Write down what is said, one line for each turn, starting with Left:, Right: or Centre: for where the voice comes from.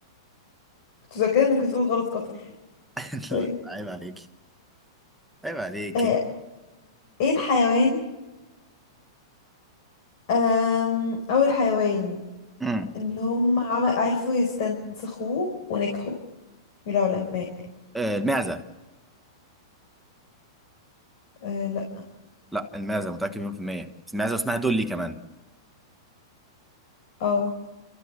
Left: كنت فاكرة انك هتقول غلط قطر
Centre: <laughs>
Left: طيب
Centre: لا عيب عليكي عيب عليكي
Left: آه ايه الحيوان آم، اول حيوان
Centre: امم
Left: ان هم عم... عرفوا يستنسخوه ونجحوا العلماء
Centre: آه، المعزة
Left: آه لا
Centre: لا المعزة متأكد مليون في المية المعزة اسمها دولي كمان
Left: اه